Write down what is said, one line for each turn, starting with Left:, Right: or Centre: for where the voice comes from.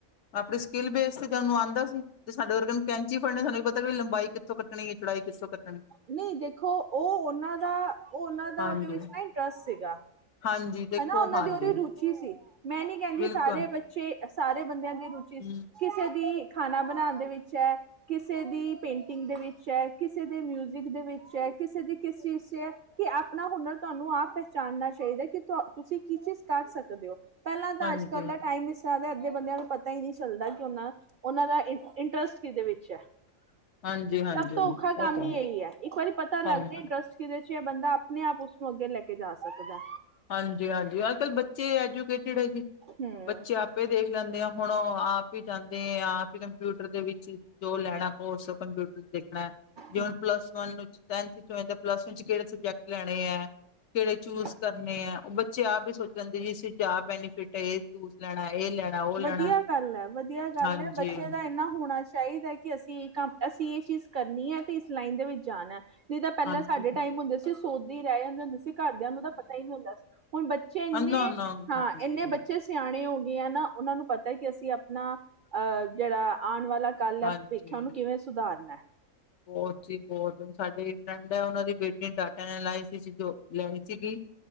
Left: ਆਪਣੀ ਸਕਿੱਲ ਬੇਸ ਤੇ ਜਾਨੂੰ ਆਉਂਦਾ ਸੀ। ਤੇ ਸਾਡੇ ਵਰਗਿਆ ਨੂੰ ਕੈਂਚੀ ਫੜੇ ਸਾਨ ਪਤਾ ਲੰਬਾਈ ਕਿੱਥੋਂ ਕਟਣੀ ਹੈ ਚੜਾਈ ਕਿਥੋਂ ਕੱਣੀ।
Right: ਨਹੀਂ ਦੇਖੋ, ਉਹ ਉਹਨਾਂ ਦਾ, ਉਹ ਉਹਨਾਂ ਦਾ,
Left: ਹਾਂਜੀ
Right: ਉਹਦੇ ਵਿੱਚ ਨਾ ਇੰਟਰਸਟ ਸੀਗਾ।
Left: ਹਾਂਜੀ। ਦੇਖੋ
Right: ਹਨਾ ਉਹਨਾਂ
Left: ਹਾਂਜੀ
Right: ਦੀ ਉਹਦੀ ਰੁਚੀ ਸੀ, ਮੈਂ ਨੀ ਕਹਿੰਦੀ
Left: ਬਿਲਕੁਲ
Right: ਸਾਰੇ ਬੱਚੇ, ਸਾਰੇ ਬੰਦਿਆਂ ਦੀ ਰੁਚੀ
Left: ਹਮ
Right: ਕਿਸੇ ਦੀ ਖਾਣਾ ਬਣਾਉਣ ਦੇ ਵਿੱਚ ਹੈ। ਕਿਸੇ ਦੀ ਪੇਂਟਿੰਗ ਦੇ ਵਿੱਚ ਹੈ, ਕਿਸੇ ਦੇ ਮਿਊਜ਼ਿਕ ਦੇ ਵਿੱਚ ਹੈ, ਕਿਸੇ ਦੀ ਕਿਸ ਚੀਜ਼ 'ਚ ਹੈ। ਕਿ ਆਪਣਾ ਹੁਨਰ ਤੁਹਾਨੂੰ ਆਪ ਪਹਿਚਾਣਨਾ ਚਾਹੀਦਾ, ਕਿ ਤੁਸੀਂ ਕੀ ਚੀਜ਼ ਕਰ ਸਕਦੇ ਹੋ? ਪਹਿਲਾਂ ਤਾਂ
Left: ਹਾਂਜੀ,
Right: ਅੱਜ ਕੱਲ ਦਾ ਟਾਈਮ ਅੱਧੇ ਬੰਦਿਆਂ ਨੂੰ ਪਤਾ ਹੀ ਨਹੀਂੀ ਚੱਲਦਾ, ਕਿ ਉਹਨਾ ਉਹਨਾਂ ਦਾ ਇੰਟਰਸਟ ਕਿਦੇ ਵਿੱਚ ਹੈ।
Left: ਹਾਂਜੀ-ਹਾਂਜੀ
Right: ਸਭ ਤੋਂ ਔਖਾ ਕੰਮ
Left: ਉਹ ਤਾਂ
Right: ਹੀ ਇਹੀ ਹੈ, ਇੱਕ ਵਾਰੀ ਪਤਾ ਲੱਗ
Left: ਹਾਂਜੀ।
Right: ਜੇ ਇੰਟਰਸਟ ਜਿਹਦੇ 'ਚ ਇਹ ਬੰਦਾ, ਆਪਣੇ ਆਪ ਉਸਨੂੰ ਅੱਗੇ ਲੈ ਕੇ ਜਾ ਸਕਦਾ।
Left: ਹਾਂਜੀ -ਹਾਂਜੀ, ਅੱਜ ਕੱਲ੍ਹ ਬੱਚੇ ਐਜੂਕੇਟਡ ਹੈ ਜੀ,
Right: ਹਮ
Left: ਬੱਚੇ ਆਪ ਆਪੇ ਦੇਖ ਲੈਂਦੇ ਹਾਂ ਹੁਣ ਆਪ ਹੀ ਜਾਂਦੇ ਆ, ਆਪ ਹੀ ਕੰਪਿਊਟਰ ਦੇ ਵਿੱਚ ਜੋ ਲੈਣਾ ਕੋਰਸ ਕੰਪਿਊਟਰ ਦੇਖਣਾ, ਜੇ
Right: ਹਮ
Left: ਹੁਣ ਪਲੱਸ ਵਨ ਹੋ, ਪਲੱਸ ਟੂ ਚ'ਕਿਹੜੇ ਸਬਜੈਕਟ ਲੈਣੇ ਹੈ, ਕਿਹੜੇ ਚੂਜ
Right: ਹਮ
Left: ਕਰਨੇ ਹੈ? ਬੱਚੇ ਆਪ ਹੀ ਸੋਚ ਲੈਂਦੇ ਜੀ, ਇਸ 'ਚ ਆਹ ਬੈਨੀਫਿਟ ਚੂਜ ਲੈਣਾ ਇਹ ਲੈਣਾ ਉਹ ਲੈਣਾ
Right: ਵਧੀਆ ਗੱਲ ਹੈ, ਵਧੀਆ ਗੱਲ
Left: ਹਾਂਜੀ,
Right: ਹੈ, ਬੱਚੇ ਦਾ ਇੰਨਾ ਹੋਣਾ ਚਾਹੀਦਾ ਕਿ, ਅਸੀਂ ਇਹ ਕੰਮ ਅਸੀਂ ਇਹ ਚੀਜ਼ ਕਰਨੀ ਹੈ ਤੇ, ਇਸ ਲਾਈਨ ਦੇ ਵਿੱਚ ਜਾਣਾ। ਨਹੀਂ ਤਾਂ ਪਹਿਲਾਂ
Left: ਹਾਂਜੀ
Right: ਸਾਡੇ
Left: ਹੂੰ
Right: ਟਾਈਮ ਹੁੰਦੇ ਸੀ, ਸੋਚਦੇ ਹੀ ਰਹਿ ਜਾਂਦੇ ਹੁੰਦੇ ਸੀ। ਘਰਦਿਆਂ ਨੂੰ ਤਾਂ ਪਤਾ ਹੀ ਨਹੀਂੀ ਹੁੰਦਾ ਸੀ, ਹੁਣ ਬੱਚੇ ਇੰਨੇ
Left: ਨਾ-ਨਾ
Right: ਹਾਂ
Left: ਹਾਂਜੀ,
Right: ਇੰਨੇ ਬੱਚੇ ਸਿਆਣੇ ਹੋ ਗਏ ਆ ਨਾ, ਉਹਨਾਂ ਨੂੰ ਪਤਾ ਕਿ ਅਸੀਂ ਆਪਣਾ ਅਹ ਜਿਹੜਾ ਆਉਣ ਵਾਲਾ ਕਲ
Left: ਹਾਂਜੀ।
Right: ਹੈ, ਵੇਖਿਆ ੳਹਨੂੰ ਕਿਵੇਂ ਸੁਧਾਰਨਾ?
Left: ਬਹੁਤ ਸੀ ਬਹੁਤੁ, ਸਾਡਡੀੇ ਇਕ ਫਰੈਂਡ ਹੈ, ਉਹਨਾਂ ਦੀ ਬੇਟੀ ਡਾਟਾ ਐਨ ਸੀ ਵਿੱਚ ਜੋਬ ਲੈਣੀ ਸੀਗੀ।